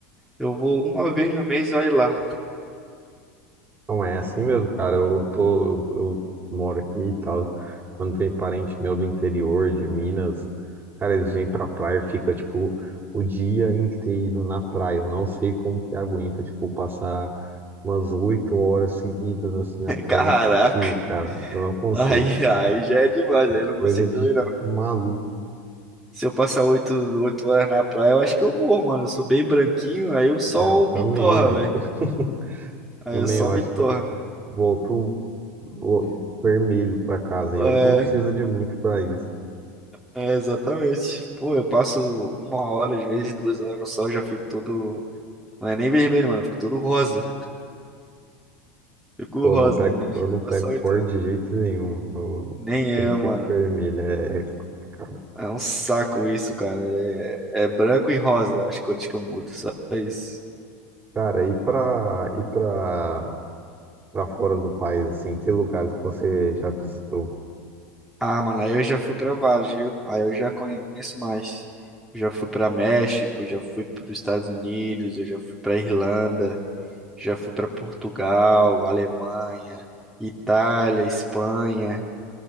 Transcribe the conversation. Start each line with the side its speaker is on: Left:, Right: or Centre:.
Centre: eu vou uma vez no mês e olha lá.
Right: Não é assim mesmo, cara. Eu tô, eu moro aqui e tal. Quando vem parente meu do interior de Minas, cara, eles vêm pra praia, e fica tipo o dia inteiro na praia. Eu não sei como que aguenta, tipo, passar umas oito horas seguidas assim na
Centre: <laughs>
Right: praia.
Centre: Caraca,
Right: Eu não consigo, cara. Eu não consigo.
Centre: aí, aí já é demais, aí eu não
Right: Coisa
Centre: consigo
Right: de
Centre: também não.
Right: maluco,
Centre: Se eu passar oito, oito horas na praia, eu acho que eu morro, mano. Eu sou bem branquinho, aí o sol
Right: né? Eu também,
Centre: me torra,
Right: velho.
Centre: velho.
Right: <laughs>
Centre: Aí
Right: Também
Centre: o sol
Right: eu
Centre: me
Right: acho
Centre: torra.
Right: que eu vou pro, vou vermelho pra casa, hein?
Centre: É,
Right: Olha que não precisa de muito pra isso.
Centre: é, exatamente. Pô, eu passo uma hora, às vezes duas horas no sol, já fico todo. Não é nem vermelho, mano, eu fico todo rosa. Fico
Right: Pô,
Centre: rosa,
Right: não pego,
Centre: mano. Imagina
Right: eu não pego
Centre: passar oito
Right: cor de jeito nenhum. Eu
Centre: Nem
Right: sempre
Centre: eu,
Right: fico
Centre: mano.
Right: vermelho. É é complicado.
Centre: É um saco isso, cara. É, é branco e rosa as cores que eu mudo, só isso.
Right: Cara, e pra, e pra, pra fora do país, assim, que lugares que você já visitou?
Centre: Ah, mano, aí eu já fui pra vários, viu? Aí eu já conheço mais. Já fui pra México, já fui pros Estados Unidos, eu já fui pra Irlanda, já fui pra Portugal, Alemanha, Itália, Espanha,